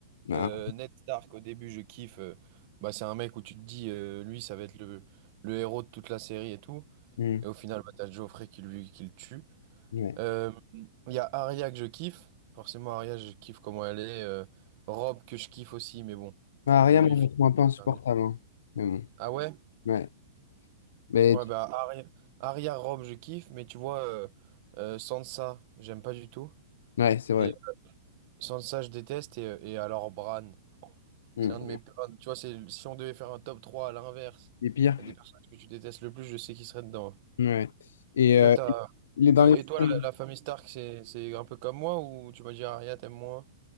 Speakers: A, on the left (about 75°); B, on the right (about 30°).
A: Ah,
B: euh, Ned Stark au début je kiffe. euh, bah c'est un mec où tu te dis euh, lui ça va être le le héros de toute la série et tout.
A: mmh,
B: Et au final, bah, t'as Geoffrey qui, lui, qui le tue.
A: ouais.
B: Euh, Il y a Arya que je kiffe. Forcément, Arya, je kiffe comment elle est. Euh, Rob que je kiffe aussi, mais bon,
A: Ah, Arya,
B: lui,
A: moi,
B: il
A: je
B: finit
A: la trouve un peu insupportable.
B: super bien.
A: hein. Mais bon,
B: Ah ouais?
A: ouais. Mais,
B: Ouais, bah Arya, Arya, Rob, je kiffe, mais tu vois, euh, euh, Sansa, j'aime pas du tout.
A: ouais, c'est vrai.
B: Et Sansa, je déteste. Et, euh, et alors, Bran,
A: Mmh.
B: c'est un de mes. un- Tu vois, c'est, si on devait faire un top 3 à l'inverse
A: Les pires.
B: des personnages que tu détestes le plus, je sais qui serait dedans.
A: Ouais. Et
B: Toi,
A: euh,
B: t'as...
A: il est dans
B: toi-
A: les.
B: Et toi,
A: scènes.
B: la, la famille Stark, c'est c'est un peu comme moi ou tu m'as dit Arya, t'aimes moins?